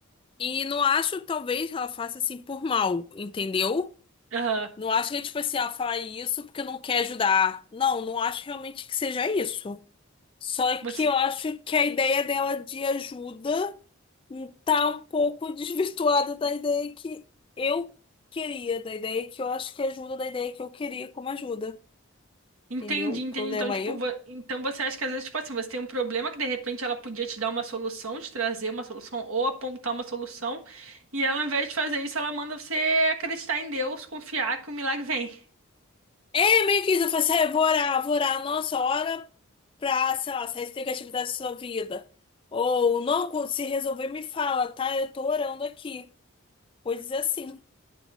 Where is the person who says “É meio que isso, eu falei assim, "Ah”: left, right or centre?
Left